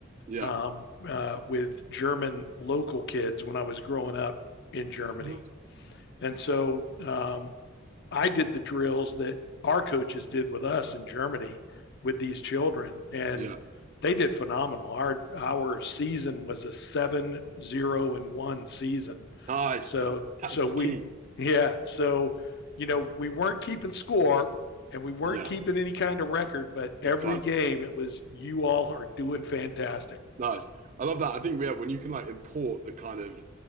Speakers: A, on the right; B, on the left.
A: Yeah.
B: um, uh, with german local kids when i was growing up in germany
A: Of course.
B: and so um, I did the drills that our coaches did with us in Germany with these children, and
A: Yeah.
B: they did phenomenal. Our our season was a seven zero and one season,
A: Nice,
B: so
A: man. That's
B: so we
A: key.
B: yeah so you know we weren't keeping score and we weren't
A: Yeah.
B: keeping any kind of record, but every
A: You kind
B: game
A: of were.
B: it was you all are doing fantastic.
A: Nice. I love that. I think, yeah, when you can like import the kind of